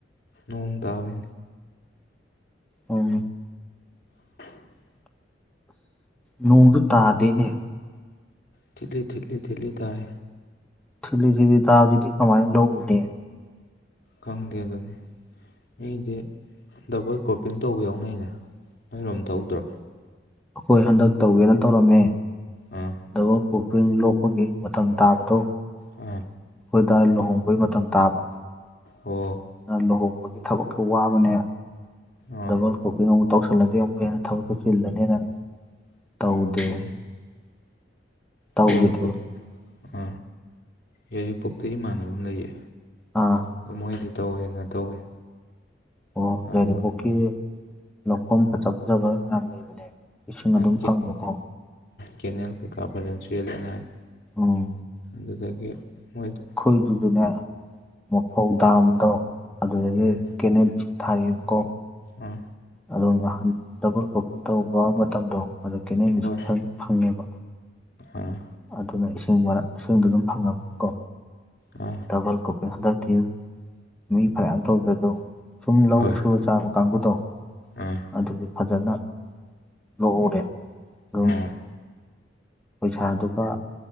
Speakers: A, on the left (about 55°); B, in the centre.
A: ꯅꯣꯡ ꯇꯥꯎꯅ
B: ꯎꯝ
A: <unintelligible>
B: ꯅ ꯇꯥꯗꯅꯦ
A: ꯊꯤꯂꯤ ꯊꯤꯂꯂꯤ ꯊꯂꯂꯤ ꯇꯥꯏ
B: ꯊꯤꯂꯤ ꯊꯤꯂꯤ ꯇꯗꯥꯖꯗ ꯀꯃꯥꯏ ꯂꯧꯔꯨꯅꯤ
A: ꯈꯪꯗꯦꯕ ꯑꯩꯗꯤ ꯗꯕꯜ ꯀ꯭ꯔꯣꯄꯤꯡ ꯇꯧꯕ ꯌꯥꯎꯅꯩꯅꯦ ꯅꯣꯏꯔꯣꯝ ꯇꯧꯗ꯭ꯔꯣ
B: ꯑꯩꯈꯣꯏ ꯍꯟꯗꯛ ꯇꯧꯒꯦꯅ ꯇꯧꯔꯝꯃꯦ
A: ꯑꯥ
B: ꯗꯕꯥꯜ ꯀꯣꯄ꯭ꯔꯤꯡ ꯂꯣꯛꯄꯒꯤ ꯃꯇꯝ ꯇꯥꯕꯗꯣ
A: ꯑꯥ
B: ꯑꯩꯈꯣꯏ ꯗꯥ ꯂꯨꯍꯣꯡꯕꯒꯤ ꯃꯇꯝ ꯇꯥꯕ
A: ꯑꯣ
B: ꯂꯨꯍꯣꯡꯕꯒꯤ ꯊꯕꯛꯀꯤ ꯋꯥꯕꯅꯦ
A: ꯑꯥ
B: ꯗꯕꯥꯜ ꯀꯩꯅꯣꯝ ꯇꯧꯁꯜꯂꯗꯤ ꯑꯃꯨꯛꯀ ꯍꯦꯟꯅ ꯊꯕꯛꯇꯨ ꯆꯤꯜꯂꯅꯤꯅ ꯇꯧꯗꯦ
A: ꯎꯝ
B: ꯇꯧꯈꯤꯗ꯭ꯔꯦ
A: ꯌꯥꯏꯔꯤꯄꯣꯛ ꯑ ꯌꯥꯏꯔꯤꯄꯣꯛꯇꯩ ꯏꯃꯥꯟꯅꯕ ꯑꯃ ꯂꯩꯌꯦ
B: ꯑꯥ
A: ꯑꯗꯨ ꯃꯣꯏꯗꯤ ꯇꯧꯋꯦꯅ ꯇꯧꯋꯦ
B: ꯑꯣ ꯌꯥꯏꯔꯤꯄꯣꯛꯀꯤ
A: ꯑꯗꯣ
B: ꯂꯧꯐꯝ ꯐꯖ ꯐꯖꯕ ꯌꯥꯝ ꯂꯩꯕꯅꯦ ꯏꯁꯤꯡ
A: ꯃꯣꯏ
B: ꯑꯗꯨꯝ ꯐꯪꯕꯀꯣ
A: ꯀꯦꯅꯦꯜ ꯀꯩꯀꯥ ꯐꯖꯅ ꯆꯦꯜꯂꯦꯅ ꯍꯥꯏ
B: ꯎꯝ
A: ꯑꯗꯨꯗꯒꯤ ꯃꯣꯏꯗ
B: ꯑꯩꯈꯣꯏꯗꯨꯗꯨꯅꯦ ꯃꯐꯧ ꯗꯥꯝꯗꯣ ꯑꯗꯨꯗꯒꯤ
A: ꯎꯝ
B: ꯀꯦꯅꯦꯟ ꯊꯥꯢꯑꯦꯕꯀꯣ
A: ꯑꯥ
B: ꯑꯗꯨꯒ ꯅꯍꯥꯟ ꯗꯕꯜ ꯀꯔꯣꯄꯤꯡ ꯇꯧꯕ ꯃꯇꯝꯗꯣ ꯑꯗ ꯀꯦꯅꯦꯗ ꯢꯁꯤꯡ
A: ꯍꯣꯏ
B: ꯐꯪꯉꯦꯕ
A: ꯑꯥ
B: ꯑꯗꯨꯅ ꯏꯁꯤꯡ ꯃꯔꯛ ꯏꯁꯤꯡꯗꯣ ꯑꯗꯨꯝ ꯐꯪꯉꯝꯅꯤ ꯀꯣ
A: ꯑꯥ
B: ꯗꯕꯜ ꯀꯔꯣꯄꯤꯡ ꯍꯥꯟꯗꯤꯛꯇꯤ ꯃꯤ ꯐꯅꯌꯥꯝ ꯇꯧꯅꯩ ꯑꯗꯣ ꯁꯨꯝ ꯂꯧ
A: ꯍꯣꯏ
B: ꯁꯨꯔ ꯆꯥꯕ ꯀꯥꯡꯕꯨꯗꯣ
A: ꯑꯥ
B: ꯑꯗꯨꯗꯤ ꯐꯖꯅ ꯂꯣꯛꯍꯧꯔꯦ ꯑꯗꯨꯝ
A: ꯑꯥ
B: ꯄꯩꯁꯥꯗꯨꯒ